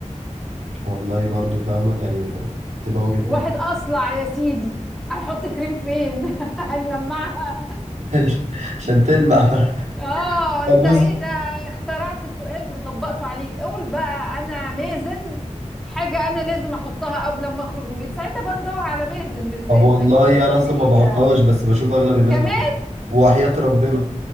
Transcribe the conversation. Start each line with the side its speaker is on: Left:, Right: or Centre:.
Right: والله برضو فاهمه يعني تبقى وجهة
Centre: واحد
Right: نظر
Centre: اصلع يا سيدي هيحط كريم فين <laughs> هيلمعها
Right: <laughs> عشان تلمع
Centre: اه
Right: طب
Centre: انت
Right: بص
Centre: ايه ده اخترعت سؤال وطبقته عليك قول بقى انا مازن حاجة انا لازم احطها قبل ما اخرج من البيت ساعتها بقى ندور على مازن بالذات
Right: طب والله
Centre: لكن تقول
Right: انا اصلا
Centre: لي
Right: ما بحطهاش بس بشوف اغلب الناس
Centre: كمان
Right: بتحط وحياة ربنا